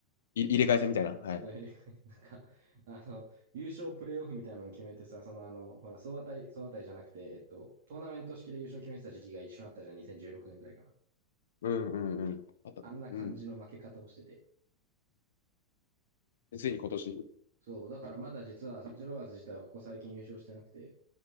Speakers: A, on the left; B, on the right.
A: 入れ替え戦みたいな。はい。
B: そういうなんか、あの、優勝プレーオフみたいなのを決めてさ、そのあの、ほら、総当たり、総当たりじゃなくて、えっと、トーナメント式で優勝決めてた時期が一緒になったじゃん、2016年ぐらいかな。
A: うんうんうん。あったかなうん。
B: あんな感じの負け方をしてて。
A: でついに今年。
B: そう、だからまだ実はサンチロワーズ自体はここ最近優勝してなくて、